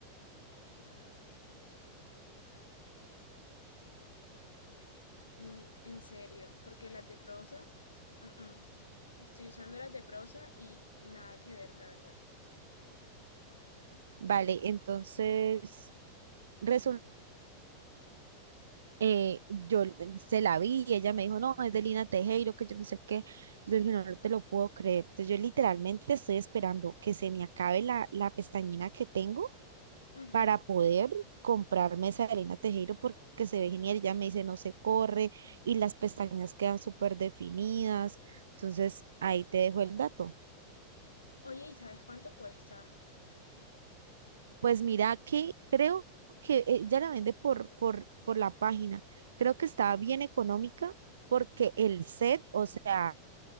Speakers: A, on the left; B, on the right.
A: Mm, en serio, porque las de prosa, mm-mm. Estoy usando las de prosa y nada que ver, la verdad.
B: Vale, entonces resul- eh, yo l- se la vi y ella me dijo, no, es de Lina Tejero, que yo no sé qué. Yo le dije, no, no te lo puedo creer. Entonces yo literalmente estoy esperando que se me acabe la, la pestañina que tengo
A: Ujú.
B: para poder comprarme esa de Elena Tejero porque se ve genial. Ya me dice, no se corre y las pestañas quedan súper definidas. Entonces, ahí te dejo el dato.
A: Oye, ¿y sabes cuánto cuesta?
B: Pues mira que creo que eh, ya la vende por, por, por la página. Creo que estaba bien económica porque el set, o sea,